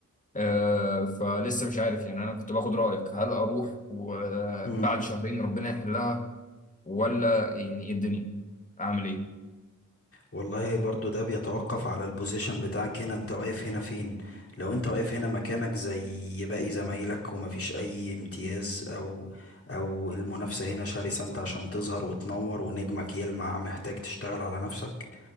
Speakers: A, on the left (about 25°); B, on the left (about 45°).
A: آه فلسه مش عارف يعني انا كنت باخد رايك هل اروح وبعد
B: مم.
A: شهرين ربنا يحلها ولا يعني ايه الدنيا اعمل ايه
B: والله برضو ده بيتوقف على البوزيشن بتاعك هنا انت واقف هنا فين لو انت واقف هنا مكانك زي باقي زمايلك ومفيش اي امتياز او او المنافسة هنا شرسة انت عشان تظهر وتنور ونجمك يلمع محتاج تشتغل على نفسك